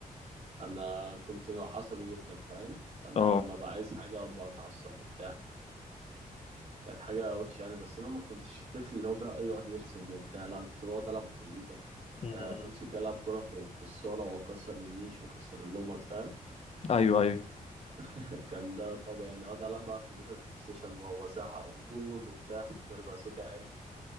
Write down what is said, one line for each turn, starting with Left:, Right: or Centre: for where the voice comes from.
Right: انا كنت نوع عصبي جدا فاهم فانا
Left: اه
Right: لما بقى عايز حاجه اقعد بقى اتعصب وبتاع كانت حاجه وحشه يعني بس انا ما كنتش الطفل اللي هو بقى يقعد يرسم وبتاع لا انا كنت بقعد العب على الكمبيوتر
Left: مم.
Right: آه، امسك العب كره في في الصاله واكسر النيش واكسر اللمط فاهم
Left: ايوه ايوه
Right: <laughs> كان ده طبيعي يعني اقعد العب بقى على الكمبيوتر بلاي ستيشن واوزعها وجون وبتاع <laughs> ويبقى صوتي عالي